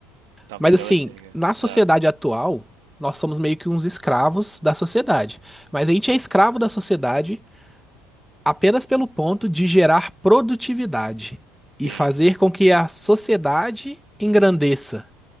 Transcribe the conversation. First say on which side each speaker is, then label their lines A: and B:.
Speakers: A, on the right; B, in the centre.
A: Talvez
B: Mas assim,
A: ela chegue.
B: na sociedade
A: Ah,
B: atual, nós somos meio que uns escravos da sociedade. Mas a gente é escravo da sociedade apenas pelo ponto de gerar produtividade
A: sim,
B: e fazer com que a sociedade engrandeça.